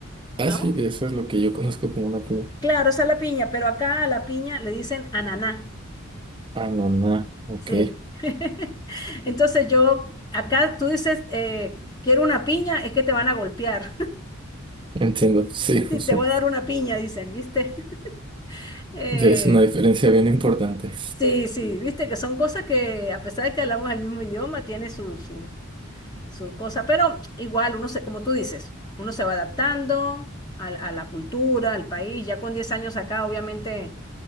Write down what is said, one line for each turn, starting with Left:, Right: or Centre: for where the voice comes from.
Right: Ah,
Left: ¿no?
Right: sí, eso es lo que yo conozco como una piña.
Left: Claro, esa es la piña, pero acá a la piña le dicen ananá.
Right: Ah, no, no, ok.
Left: Sí. <laughs> Entonces yo, acá tú dices, eh, quiero una piña, es que te van a golpear. <laughs>
Right: Entiendo, sí, justo.
Left: Sí, te voy a dar una piña, dicen, ¿viste? <laughs> Eh,
Right: Ya es una diferencia bien importante.
Left: sí, sí, viste que son cosas que a pesar de que hablamos el mismo idioma, tiene sus sus cosas, pero igual uno se, como tú dices, uno se va adaptando a, a la cultura, al país, ya con 10 años acá obviamente